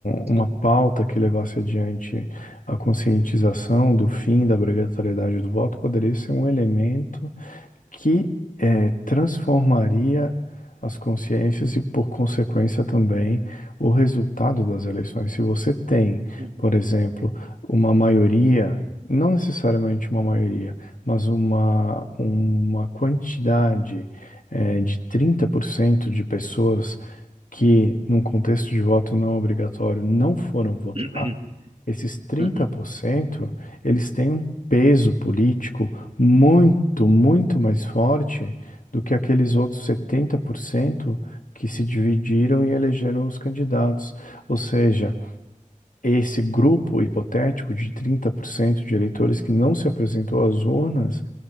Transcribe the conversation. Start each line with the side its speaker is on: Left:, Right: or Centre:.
Left: uma
Right: sim.
Left: pauta que levasse adiante a conscientização do fim da obrigatoriedade do voto poderia ser um elemento que eh, transformaria as consciências e, por consequência, também o resultado das eleições. Se você tem,
Right: Uhum,
Left: por exemplo, uma maioria, não necessariamente uma maioria, mas uma, uma quantidade eh, de 30% de pessoas que, num contexto de voto não obrigatório, não foram votar
Right: <clears throat>
Left: esses trinta
Right: uhum,
Left: por cento eles têm um peso político muito, muito mais forte do que aqueles outros 70% que se dividiram e elegeram os candidatos. Ou seja, esse grupo hipotético de 30% de eleitores que não se apresentou às urnas,